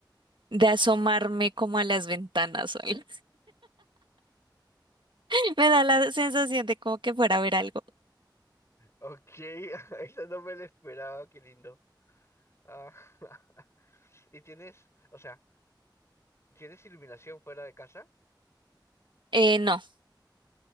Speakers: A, on the right; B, on the left.
A: de asomarme como a las ventanas o algo. <laughs> Me da la sensación de como que fuera a ver algo.
B: Ok, <laughs> eso no me lo esperaba, qué lindo. Ah, <laughs> ¿Y tienes, o sea, tienes iluminación fuera de casa?
A: Eh, no,